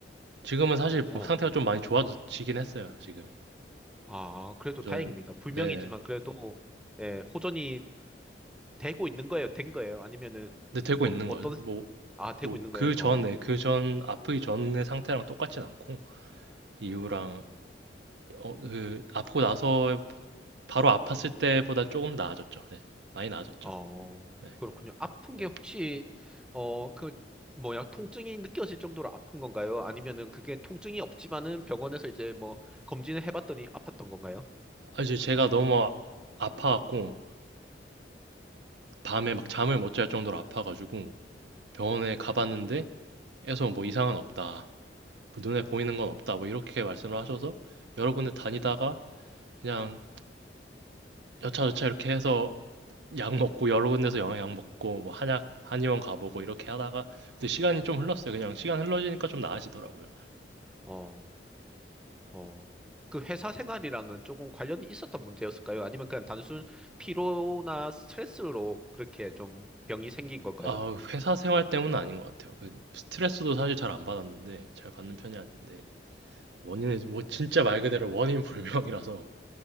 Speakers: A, on the right (about 70°); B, in the centre.
A: 지금은 사실
B: 어.
A: 뭐 상태가 좀 많이 좋아지긴 했어요 지금이.
B: 아, 그래도
A: 그전
B: 다행입니다. 불명이지만
A: 네.
B: 그래도, 예, 호전이 되고 있는 거예요? 된 거예요? 아니면은,
A: 네 되고
B: 어,
A: 있는
B: 어떤,
A: 거죠. 뭐
B: 아, 되고
A: 뭐
B: 있는
A: 그전에
B: 거예요? 어.
A: 그전 아프기 전의 상태랑 똑같진 않고 이후랑 어 그 아프고 나서 바로 아팠을 때보다 조금 나아졌죠. 네. 많이 나아졌죠.
B: 어,
A: 네.
B: 그렇군요. 아픈
A: 네.
B: 게 혹시, 어, 그, 뭐야, 통증이 느껴질 정도로 아픈 건가요? 아니면은 그게 통증이 없지만은 병원에서 이제 뭐 검진을 해봤더니 아팠던 건가요?
A: 아 이제 제가 너무 아파 갖고 밤에 막 잠을 못 잘 정도로 아파가지고 병원에 가봤는데 에서 뭐 이상은 없다. 뭐 눈에 보이는 건 없다. 뭐 이렇게 말씀을 하셔서 여러 군데 다니다가 그냥 여차저차 이렇게 해서 약 먹고 여러 군데서 영양 먹고 뭐 한약 한의원 가보고 이렇게 하다가 근데 시간이 좀 흘렀어요. 그냥 시간 흘러지니까 좀 나아지더라고요.
B: 어, 어, 그 회사 생활이랑은 조금 관련이 있었던 문제였을까요? 아니면 그냥 단순 피로나 스트레스로 그렇게 좀 병이 생긴 걸까요?
A: 아, 회사 생활 때문은 아닌 것 같아요. 그 스트레스도 사실 잘 안 받았는데 잘 받는 편이 아닌데 원인은 뭐 진짜 말 그대로 원인 불명이라서